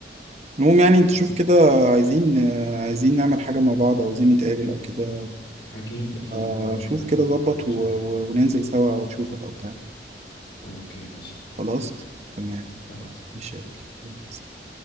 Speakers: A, on the right; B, on the left.
A: المهم يعني انت
B: آه،
A: شوف كده عايزين آه، عايزين نعمل حاجة مع بعض أو عايزين نتقابل أو كده
B: أكيد أكيد
A: آه،
B: هنعمل
A: شوف
B: حاجة
A: كده
B: مع
A: ظبط
B: بعض إن
A: و-
B: شاء
A: و-
B: الله
A: وننزل سوا أو أشوفك أو بتاع
B: أوكي ماشي
A: خلاص تمام
B: خلاص
A: إن شاء الله